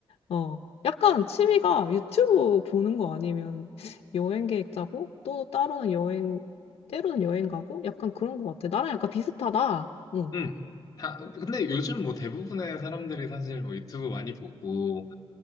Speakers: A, on the left; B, on the left.
A: 어, 약간 취미가 유튜브 보는 거 아니면 여행 계획 짜고 또 따로는 여행, 때로는 여행 가고 약간 그런 거 같아. 나랑 약간 비슷하다. 응.
B: 음. 다, 근데 요즘 뭐 대부분의 사람들이 사실 뭐 유튜브 많이 보고,